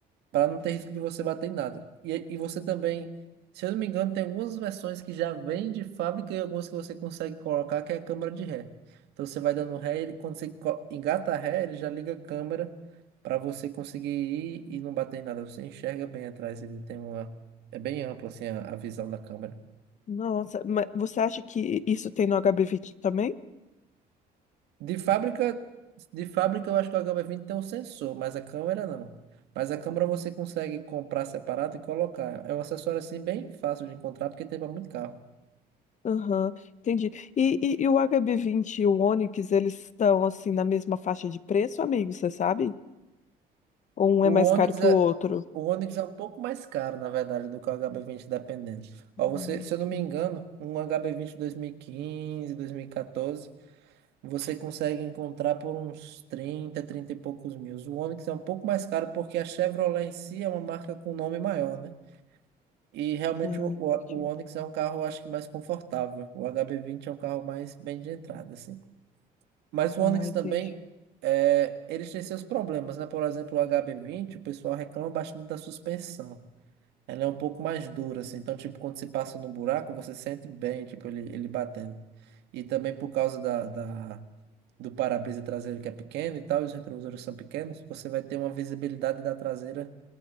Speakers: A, on the right; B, on the left.
A: para não ter risco de você bater em nada. E, e você também, se eu não me engano, tem algumas versões que já vêm de fábrica e algumas que você consegue colocar, que é a câmera de ré. Então você vai dando ré, ele, quando você co- engata a ré, ele já liga a câmera para você conseguir ir e não bater em nada. Você enxerga bem atrás, ele tem uma. É bem amplo assim a, a visão da câmera.
B: Nossa, mas você acha que isso tem no hb vinte também?
A: De fábrica, de fábrica eu acho que o HB20 tem um sensor, mas a câmera não. Mas a câmera você consegue comprar separado e colocar. É um acessório assim bem fácil de encontrar porque tem para muito carro.
B: Aham, entendi. E, e, e o hb vinte, e o Onix, eles estão assim na mesma faixa de preço, amigo, você sabe? Ou um
A: O
B: é mais
A: Onix
B: caro que
A: é,
B: o outro?
A: o Onix é um pouco mais caro, na verdade, do que o HB20 dependendo. Ó,
B: Hum,
A: você, se eu
B: entendi.
A: não me engano, um HB20 2015, 2014, você consegue encontrar por uns trinta trinta e poucos mil. O Onix é um pouco mais caro porque a Chevrolet em si é uma marca com nome maior, né? E realmente
B: Ah,
A: o, o,
B: entendi.
A: o Onix é um carro, eu acho que mais confortável. O HB20 é um carro mais bem de entrada, assim. Mas o
B: Ah,
A: Onix
B: entendi.
A: também, é, eles têm seus problemas, né? Por exemplo, o HB20, o pessoal reclama bastante da suspensão. Ela é um pouco mais dura, assim. Então, tipo, quando você passa num buraco, você sente bem, tipo, ele, ele batendo. E também por causa da, da- do para-brisa traseiro que é pequeno e tal, e os retrovisores são pequenos, você vai ter uma visibilidade da traseira